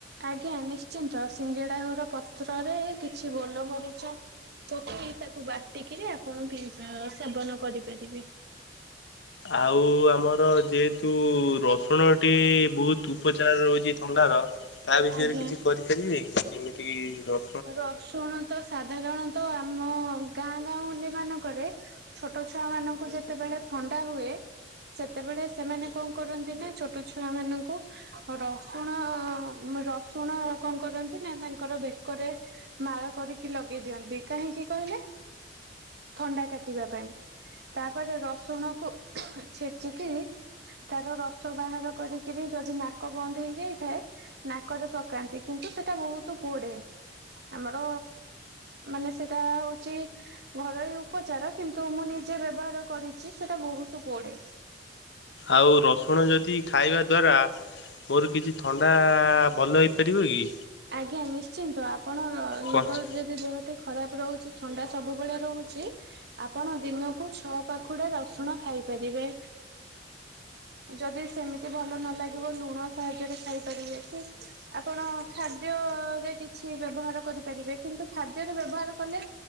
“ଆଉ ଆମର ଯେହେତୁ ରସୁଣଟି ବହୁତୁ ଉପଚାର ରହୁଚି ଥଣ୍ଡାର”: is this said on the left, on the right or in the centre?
Left